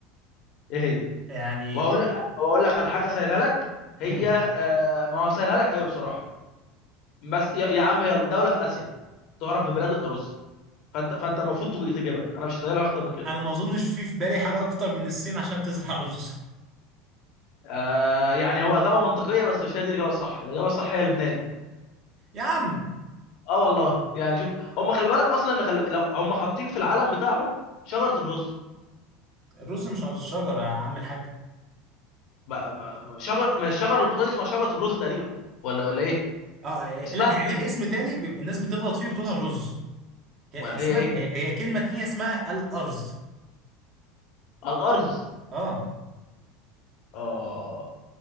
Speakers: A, on the left; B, on the right.
A: ايه هي
B: يعني
A: وهقول واقول لك على حاجه سهلها لك هي
B: مم.
A: آه، ما هو سهلها لك قوي بصراحه بس يا, يا عم يلا دوله في اسيا تعرف ببلاد الارز فانت فانت المفروض تجيبها انا مش سهلها اكتر من كده
B: انا ما اظنش في في بالي حاجة اكتر من الصين عشان بتزرع رز
A: آه يعني هو اجابه منطقيه بس مش هي دي الاجابه الصح الاجابه الصح هي لبنان
B: يا عم
A: اه والله يعني شوف هم خلي بالك اصلا ان خلي... لو هم حاطين في العلم بتاعهم شجره الرز
B: الرز مش على الشجرة يا عم الحاج
A: ما... ما... ما- شجر ما الشجره اللي محطوطه اسمها شجره الرز تقريبا ولا ولا ايه
B: اه إيه،
A: اسمها
B: لا هي
A: كده
B: لها اسم تاني بيبقى الناس بتغلط فيه وبتقولها الرز هي
A: امال
B: اسمها
A: هي ايه
B: هي هي كلمة تانية اسمها الأرز
A: الارز
B: اه
A: اه